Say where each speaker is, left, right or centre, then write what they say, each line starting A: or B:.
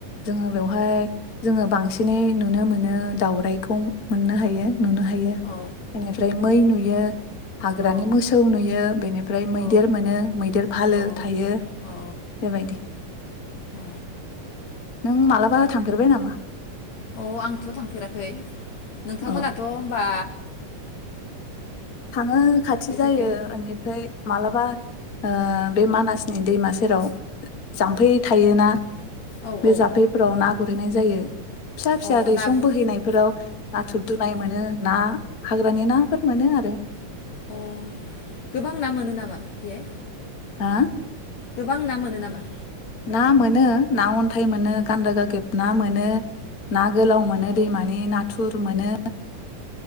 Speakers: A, on the left; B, on the left.
A: जोङो बेवहाय जोङो बांसिनै नुनो मोनो दावराइखौ मोननो हायो। नुनो हायो
B: औ
A: इनिफ्राय मै नुयो। बियो हाग्रानि
B: औ
A: मोसौ नुयो बेनिफ्राय मैदेर
B: औ
A: मोनो मैदेर फालो
B: औ
A: थायो
B: औ
A: बेबायदि।
B: औ
A: नों मालाबा थांफेरबाय नामा?
B: औ आंथ' थांफेराखै। नोंथांमोनाथ'
A: अ
B: होनबा।
A: थाङो खाथि
B: बे
A: जायो
B: जायगायाव
A: ओनिफ्राय मालाबा ओ। बे मानासनि दैमा सेराव। जाम्फै थायोना
B: औ
A: बे
B: औ
A: जाम्फैफोराव ना गुरैनाय जायो। फिसा फिसा
B: औ
A: दैसं
B: नाबो
A: बोहैनायफोराव नाथुर दुनाय
B: औ
A: मोनो ना। हाग्रानि नाफोर मोनो आरो।
B: अ गोबां ना मोनो नामा बेहाय?
A: हो?
B: गोबां ना मोनो नामा?
A: ना मोनो ना अन्थाइ मोनो गान्दा गागेब ना मोनो। ना गोलाव मोनो
B: औ
A: दैमानि नाथुर फोर मोनो।